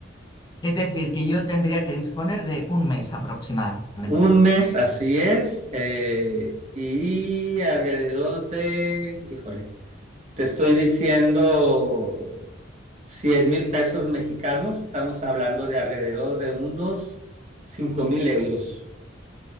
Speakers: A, on the left; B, on the right.
A: Es decir, que yo tendría que disponer de un mes aproximadamente.
B: Un mes, así es, eh, y alrededor de, híjole, te estoy diciendo cien mil pesos mexicanos, estamos hablando de alrededor de unos cinco mil euros.